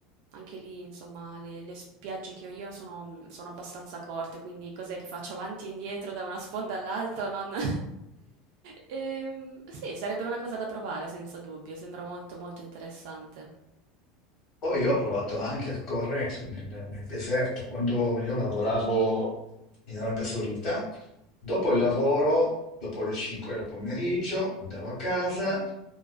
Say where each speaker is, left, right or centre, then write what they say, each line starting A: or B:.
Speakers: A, on the right; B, on the left.
A: anche lì, insomma, le, le spiagge che ho io sono, mm, sono abbastanza corte, quindi cos'è che faccio avanti e indietro da una sponda all'altra? Non... <laughs> Ehm, sì, sarebbe una cosa da provare, senza dubbio, sembra molto molto interessante.
B: Poi io ho provato anche a correre su- nel, nel deserto, quando io lavoravo in Arabia Saudita, dopo
A: Mm.
B: il lavoro, dopo le 5 del pomeriggio, andavo a casa,